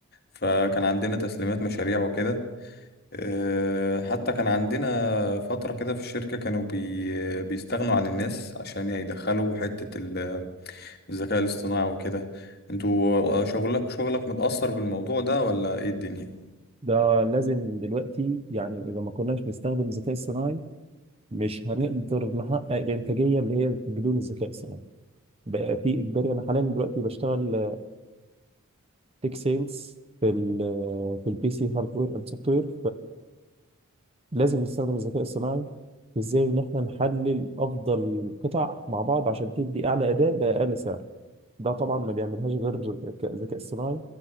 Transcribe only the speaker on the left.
فكان عندنا تسليمات مشاريع وكده آه، حتى كان عندنا فترة كده في الشركة كانوا بي بيستغنوا عن الناس عشان يدخلوا حتة ال- الذكاء الاصطناعي وكده انتوا آه، شغلك شغلك متأثر بالموضوع ده ولا ايه الدنيا؟